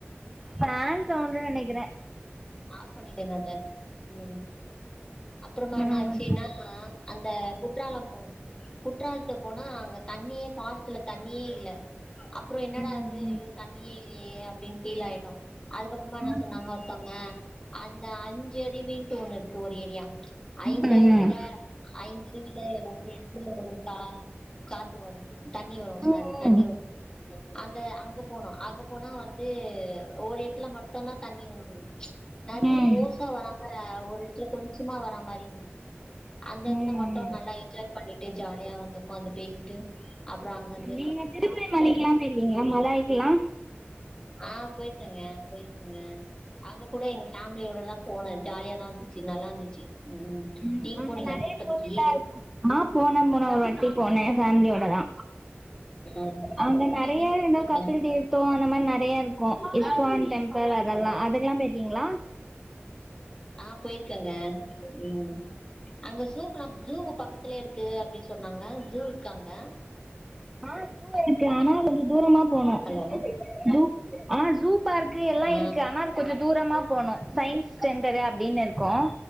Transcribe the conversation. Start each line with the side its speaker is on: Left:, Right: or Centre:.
Centre: ஃபேன் சவுண்டு நெனைக்கிறே
Left: ஆப் பண்ணிடுங்க அத ம் அப்பறமா
Centre: ம்
Left: என்ன ஆச்சுன்னா அந்த குற்றாலோ போனோ குற்றாலத்தை போனா அங்க தண்ணியே பால்ஸ்ல தண்ணி யே இல்ல அப்பறோ என்னடா
Centre: ம்,
Left: இது
Centre: ம்.
Left: ஐயோ தண்ணியே இல்லையே அப்டின்னு ஃபீல் ஆயிடோ அதுக்கப்பறமா என்ன
Centre: ம்,
Left: சொன்னாங்க ஒருத்தவங்க அந்த அஞ்சு ரீ ரீங் டேனு ஒரு ஏரியா ஐந்து
Centre: ம்.
Left: அருவில ஐந்து அருவில ஒரு இடத்துல ஒரு காத்து வரோ தண்ணி வரோ
Centre: ம்,
Left: சாரி தண்ணி வரோ அந்த அங்க போனோ அங்க போனா வந்து ஒரு எடத்துல மட்டுதா தண்ணி வந்து நெறைய
Centre: ம்,
Left: பேசா வராம ஒரு எடத்துல கொஞ்சமா வரா மாரி இருந்தது அந்த இடத்துல
Centre: ம்.
Left: மட்டு நல்லா என்ஜாய் பண்ணிட்டு ஜாலியா வந்து உக்காந்து பேசிட்டு அப்பறோ அங்க
Centre: நீங்க திருப்தி மலைக்குலா போய்க்கீறிங்களா மலாய்க்கல்லா
Left: ஆ போயிருக்கங்க போயிருக்கங்க அங்க கூட எங்க ஃபேமிலியோட எல்லா போனே ஜாலியாதா இருந்துச்சி நல்லா இருந்துச்சி
Centre: ம்
Left: நீங்க
Centre: அங்க
Left: போனீங்களா
Centre: நிறைய
Left: திருப்பதிக்கி
Centre: கோவில்ல ஆ போனே போன ஒரு வாட்டி போனே ஃபேமிலியோட தா
Left: ஆ
Centre: அங்க நெறைய
Left: எங்கங்க
Centre: இந்த
Left: போனீங்க
Centre: கப்பில் தீர்த்தோ அந்த மாரி நெறைய இருக்கு இஸ்கான் டெம்பிள் அதெல்லா அதெல்லா போயிருக்கீங்களா
Left: ஆ போயிருக்கேங்க ம் அங்க சூப்ரா எல்லா ஜூ பக்கத்துலயே இருக்கு அப்டின்னு சொன்னாங்க ஜூ இருக்கா அங்க
Centre: ஆ சூ இருக்கு ஆனா கொஞ்சோ தூரமா போனூ
Left: ஹலோ
Centre: ஜூட் ஆ ஜூ பார்க்கு எல்லா
Left: ஆ
Centre: இருக்கு ஆனா அதுக் கொஞ்ச தூரமா போனூ சயின்ஸ் ஸ்டெண்டரு அப்டின் இருக்கூ